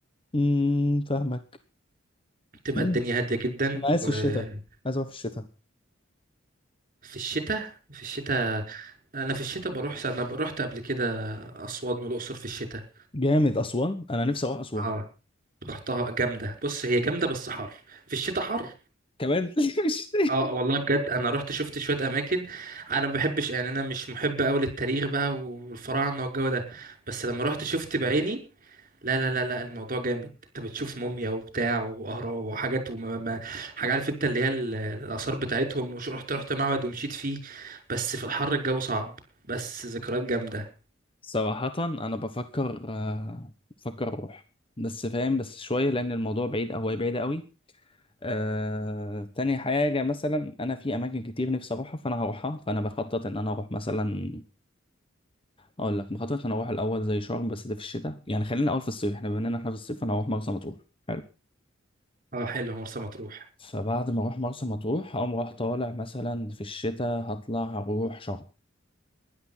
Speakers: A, on the left; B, on the right.
A: أمم، فاهمك
B: بتبقى
A: <clears throat>
B: الدنيا هاديه جدا
A: انا
B: وفي
A: عايز في الشتاء عايز اروح في الشتاء
B: الشتاء في الشتاء انا في الشتاء بروح انا رحت قبل كده اسوان والاقصر في الشتاء
A: جامد أسوان أنا نفسي أروح أسوان
B: اه رحتها جامدة بص هي جامدة بس حر في الشتاء حر
A: كمان <laughs> مش
B: اه والله بجد انا رحت شفت شوية اماكن انا ما بحبش يعني انا مش محب قوي للتاريخ بقى والفراعنة والجو ده بس لما رحت شفت بعيني لا لا لا لا الموضوع جامد انت بتشوف موميا وبتاع واهرام وحاجات وما ما حاجة عارف انت اللي هي ال- الاثار بتاعتهم وش رحت رحت معبد ومشيت فيه بس في الحر الجو صعب بس ذكريات جامدة
A: صراحة أنا بفكر آه، بفكر أروح بس فاهم بس شوية لأن الموضوع بعيد أو هي بعيدة قوي آه، تاني حاجة مثلا أنا في أماكن كتير نفسي أروحها فأنا هروحها فأنا بخطط إن أنا أروح مثلا أقول لك بخطط إن أنا أروح الأول زي شرم بس ده في الشتاء يعني خلينا الأول في الصيف إحنا بما إننا إحنا في الصيف أنا هروح مرسى مطروح حلو
B: اه حلو مرسى مطروح
A: فبعد ما أروح مرسى مطروح هقوم رايح طالع مثلا في الشتاء هطلع أروح شرم